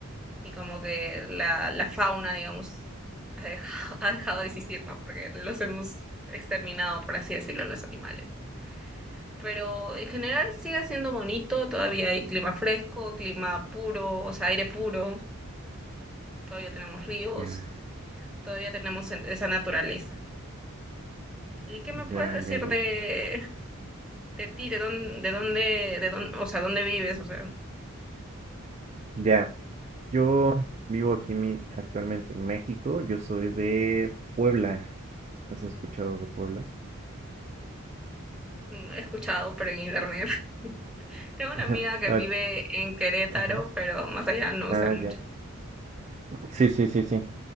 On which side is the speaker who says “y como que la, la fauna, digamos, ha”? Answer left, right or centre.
Centre